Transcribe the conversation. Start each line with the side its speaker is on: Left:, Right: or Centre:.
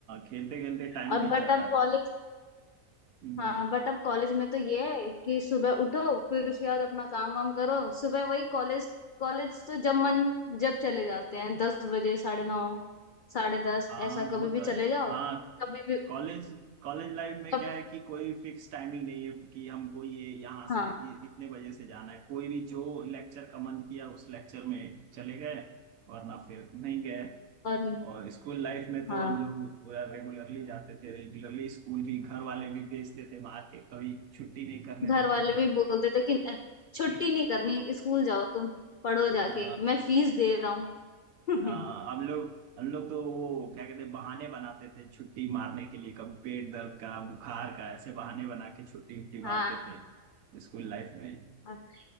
Right: खेलते खेलते टाइम
Left: और
Right: बीत
Left: बट
Right: जाता
Left: अब कॉलेज
Right: था हम्म।
Left: हाँ बट अब कॉलेज में तो ये है कि सुबह उठो फिर उसके बाद अपना काम वाम करो सुबह वही कॉलेज कॉलेज तो जब मन जब चले जाते हैं दस बजे साढ़े नौ साढ़े दस
Right: हाँ
Left: ऐसा
Right: वो
Left: कभी भी
Right: तो है
Left: चले जाओ
Right: हाँ
Left: कभी भी
Right: कॉलेज कॉलेज लाइफ में
Left: कब
Right: क्या है कि कोई फिक्स टाइमिंग नहीं है कि हमको ये यहाँ
Left: हाँ
Right: से ये इतने बजे से जाना है कोई भी जो लेक्चर का मन किया उस लेक्चर में चले गए वरना फिर नहीं गए
Left: और
Right: और स्कूल लाइफ में तो
Left: हाँ
Right: हम लोग पूरा रेगुलरली जाते थे रेगुलरली स्कूल भी घर वाले भी भेजते थे मार के कभी छुट्टी नहीं करने
Left: घर
Right: देते
Left: वाले
Right: थे
Left: भी बोलते थे कि "अ, छुट्टी
Right: <clears throat>
Left: नहीं करनी स्कूल जाओ तुम पढ़ो जाके
Right: अ,
Left: मैं फीस दे रहा हूँ <laughs>
Right: हाँ हाँ, हम लोग हम लोग तो वो क्या कहते हैं बहाने बनाते थे छुट्टी मारने के लिए कभी पेट दर्द का बुखार का ऐसे बहाने बना के छुट्टी उट्टी मारते
Left: हाँ
Right: थे स्कूल लाइफ में
Left: हाँ।